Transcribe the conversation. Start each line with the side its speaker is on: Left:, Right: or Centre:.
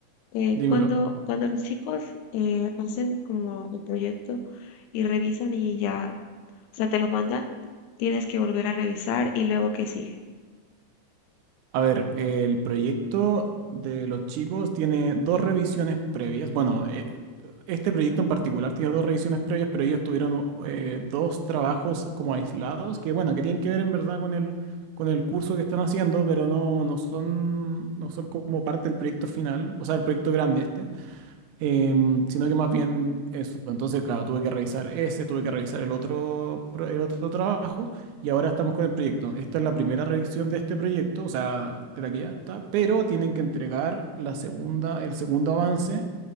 Left: Eh,
Right: Dímelo.
Left: cuando, cuando los chicos eh, hacen como el proyecto y revisan y ya, o sea, te lo mandan, tienes que volver a revisar y luego qué sigue.
Right: A ver, el proyecto de los chicos tiene dos revisiones previas. Bueno, eh, este proyecto en particular tiene dos revisiones previas, pero ellos tuvieron eh, dos trabajos como aislados, que bueno, que tienen que ver en verdad con el, con el curso que están haciendo, pero no, no son, no son como parte del proyecto final, o sea, el proyecto grande este em, sino que más bien eso. Entonces, claro, tuve que revisar ese, tuve que revisar el otro, pro- el otro trabajo y ahora estamos con el proyecto. Esta es la primera revisión de este proyecto, o sea, de la que ya está, pero tienen que entregar la segunda, el segundo avance